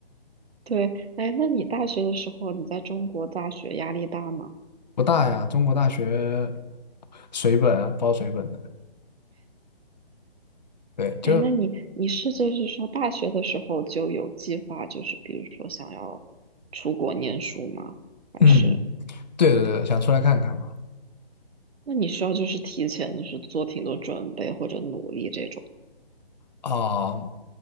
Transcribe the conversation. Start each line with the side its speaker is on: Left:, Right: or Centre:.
Right: 对，哎，那你大学的时候，你在中国大学压力大吗？
Left: 不大呀，中国大学水本啊，包水本的，对，就
Right: 哎，那你你是就是说大学的时候就有计划，就是比如说想要出国念书吗？还是
Left: 嗯，对对对，想出来看看嘛，
Right: 那你需要就是提前就是做挺多准备或者努力这种？
Left: 啊、